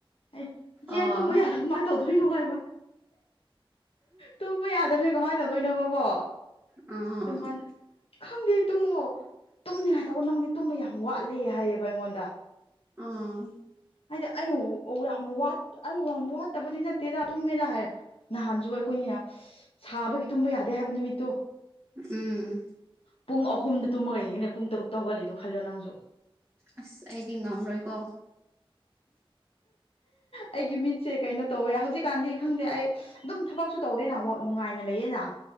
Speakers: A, on the left; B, on the right.
A: ꯑꯩ ꯏꯆꯦ
B: ꯑꯣ
A: ꯑꯩ ꯇꯨꯝꯕ ꯌꯥꯗꯧ ꯃꯥꯟ ꯇꯧꯗꯣꯏꯅꯣ ꯍꯥꯏꯕ ꯇꯨꯝꯕ ꯌꯥꯗꯕꯁꯦ ꯀꯃꯥꯏꯅ ꯇꯧꯗꯣꯏꯅꯣꯕ ꯀꯣ
B: ꯎꯝ
A: ꯑꯗꯨ ꯃꯥꯅ ꯈꯪꯗꯦ ꯇꯨꯝꯃꯣ ꯇꯨꯝꯅꯤꯡꯉꯥꯏ ꯇꯧꯑꯣ ꯅꯪꯗꯤ ꯇꯨꯝꯕ ꯌꯥꯝ ꯋꯥꯠꯂꯦ ꯍꯥꯏꯌꯦꯕ ꯑꯩꯉꯣꯟꯗ
B: ꯎꯝ
A: ꯍꯥꯏꯗꯤ ꯑꯩ ꯋꯥ ꯌꯥꯝ ꯋꯥꯠ ꯑꯩ ꯌꯥꯝ ꯋꯥꯠꯇꯕꯗꯤ ꯅꯠꯇꯦꯗ ꯇꯨꯝꯃꯦꯗ ꯍꯥꯏꯔꯦ ꯅꯍꯥꯟꯁꯨ ꯑꯩꯈꯣꯏꯅꯤꯅ ꯁꯥꯕꯒꯤ ꯇꯨꯝꯕ ꯌꯥꯗꯦ ꯍꯥꯏꯕ ꯅꯨꯃꯤꯠꯇꯣ
B: ꯎꯝ
A: ꯄꯨꯡ ꯑꯍꯨꯝꯗ ꯇꯨꯝꯃꯒ ꯌꯦꯡꯉꯤꯅꯦ ꯄꯨꯡ ꯇꯔꯨꯛꯇ ꯍꯧꯒꯠꯂꯤꯗꯣ ꯈꯜꯂꯣ ꯅꯪꯖꯨ
B: ꯑꯁ ꯑꯩꯗꯤ ꯉꯝꯔꯣꯏꯀꯣ
A: ꯑꯩꯒꯤ ꯃꯤꯠꯁꯦ ꯀꯩꯅꯣ ꯇꯧꯋꯦ ꯍꯧꯖꯤꯛꯀꯥꯟꯗꯤ ꯈꯪꯗꯦ ꯑꯩ ꯑꯗꯨꯝ ꯊꯕꯛꯁꯨ ꯇꯧꯗꯦꯅ ꯋꯥꯛ ꯅꯨꯡꯉꯥꯏꯅ ꯂꯩꯌꯦꯅ